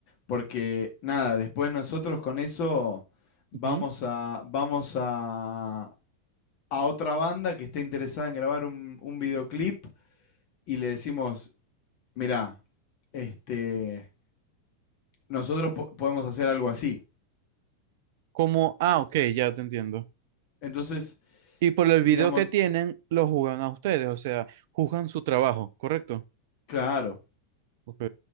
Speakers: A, on the left; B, on the right.
A: Porque nada, después nosotros con eso vamos
B: Ujú.
A: a, vamos a, a otra banda que esté interesada en grabar un, un videoclip y le decimos, mirá, este, nosotros po- podemos hacer algo así.
B: Como, ah, ok, ya te entiendo.
A: Entonces,
B: Y por el
A: digamos,
B: video que tienen, lo juzgan a ustedes, o sea, juzgan su trabajo, ¿correcto?
A: claro. O
B: Ok,